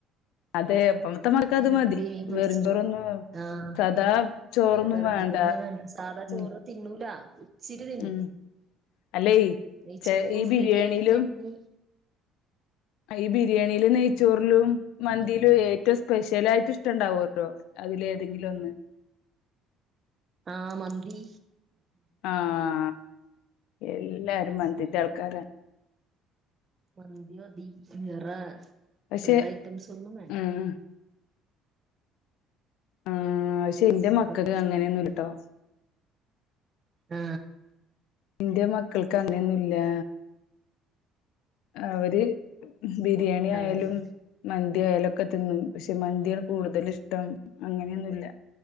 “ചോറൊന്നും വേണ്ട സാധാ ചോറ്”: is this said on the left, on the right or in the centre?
Right